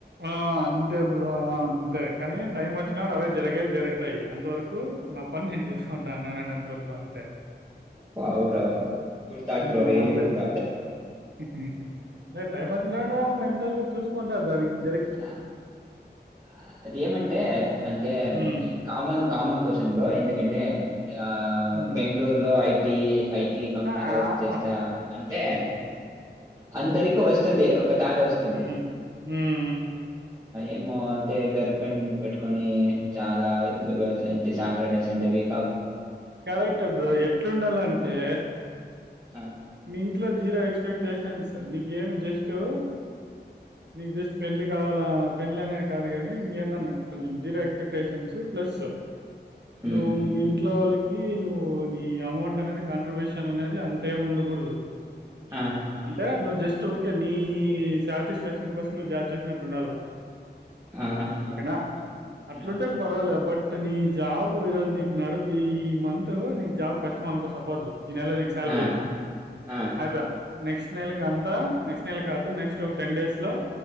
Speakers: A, on the right; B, on the right.
A: ఆ అంతే బ్రో అంతే కానీ టైం వచ్చినాడు అవే జరిగేవి జరుగుతాయి అంతవరకు నా పని నేను చేస్సాను <unintelligible> రాన్నంత వరకు అంతే
B: వావ్ రా good thought
A: hmm
B: bro really
A: అంతే
B: గుడ్ థాట్.
A: హుహ్ టైం వచ్చిన <inaudible> నన్ను చూసుకుంటారు దరిగి
B: ఆ ఆ అది ఏమంటే అంటే
A: హ్మ్.
B: ఈ కామన్ కామన్ క్వశ్చన్ బ్రో ఎందుకంటే ఆ
A: హ్మ్.
B: బెంగళూరులో ఐ టీ ఐటి కంపెనీలో
A: ఆ! ఆహ్,
B: వర్క్ చేస్తా
A: అప్
B: అంటే అందరికి వస్తుంది, ఒక థాట్ వస్తు
A: ఉంహ్ ఊ ఊ ఉ
B: ఏమో అంటే గర్ల్ ఫ్రెండ్ పెట్టుకొని చాలా <inaudible> <inaudible> టే సాటర్డే సండే వీకాఫ్,
A: కరెక్టే బ్రో ఎట్లుండాలంటే
B: ఆ
A: మీ ఇంట్లో జీరాక్స్ ఎక్స్పెక్టేషన్స్ నీకేమి జస్ట్ టో నీకు జస్ట్ ఫ్రెండ్లీ కావాల పెండ్లనే కాదు కాని ఇంకేన్నాన్నా కొంచెం జీరో ఎక్స్పెక్టేషన్స్ ప్లస్
B: హ్మ్.
A: నువ్వు
B: హ్మ్.
A: మీ
B: హ్మ్.
A: ఇంట్లో వాళ్ళ ఈ నువ్వు నీ అమౌంట్ అనేది కాంట్రిబ్యూషన్ అనేది అంతేం ఉండ కూడదు.
B: ఆహాహాహా!
A: అంటే నువ్వు జస్ట్ ఊరి కే నీ సాటిస్ఫాక్షన్ కోసం నువ్వు జాబ్ చేసినట్లు ఉండాల.
B: ఆహాహా!
A: ఓకేనా అట్లుంటే
B: ఆహాహా!
A: పర్వాలే బట్ కని జాబ్ కు ఈ రోజు నీకు నడుగు ఈ మంత్ నీకు జాబ్ కష్టం అనుకో సపోసు ఈ నెల నీకు సాలరీ,
B: ఆ! ఆ!
A: అయిపాయే నెక్స్ట్ నెలకి అంతా, నెక్స్ట్ నెల కాదు. నెక్స్ట్ ఒ టెన్ డేస్ లో